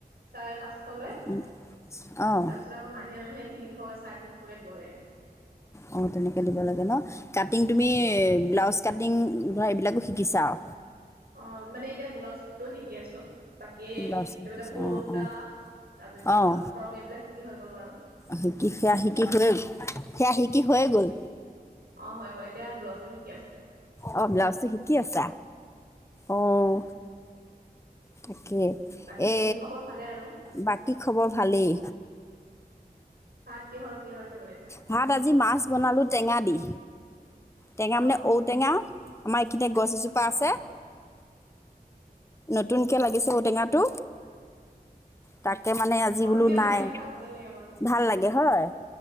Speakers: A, on the right (about 80°); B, on the left (about 15°).
A: চাৰে পাঁচশ লয়। তাৰপিছত
B: উম, অঁ
A: আকৌ মাহে মাহে তিনিশকৈ চাৰে তিনিশকৈ দিব লাগে।
B: অ তেনেকে দিব লাগে ন কাটিং তুমি ব্লাউজ কাটিং ধৰা এইবিলাকো শিকিছা আও?
A: অ মানে এতিয়া ব্লাউজটোতো শিকি আছো। বাকী
B: ব্লাউজ শিকিছা
A: এইবিলাক কুৰ্তা
B: অঁ অঁ
A: তাৰপিছত
B: অঁ
A: ফ্ৰক এইবিলাক শিকি হৈ গ'ল বাৰু।
B: শিকি সেয়া শিকি হৈ সেয়া শিকি হৈয়ে গ'ল?
A: অ হৈ গ'ল এতিয়া ব্লাউজটো শিকি আছো।
B: অ ব্লাউজটো শিকি আছা, অহ।
A: উম, উম।
B: তাকে
A: বাকী
B: এ
A: খবৰ ভালে আৰু
B: বাকী খবৰ ভালেই?
A: ভাত কিহৰ কিহৰ সৈতে বনাই
B: ভাত আজি মাছ বনালো টেঙা দি। টেঙা
A: অঁ
B: মানে ঔ টেঙা আমাৰ এইখিনিতে গছ এজোপা
A: অঁ
B: আছে। নতুনকৈ লাগিছে ঔ টেঙাটো। তাকে মানে আজি
A: নতুনকে
B: বোলো নাই
A: লাগিলে খাই ভালে লাগে বাৰু
B: ভাল লাগে হয়।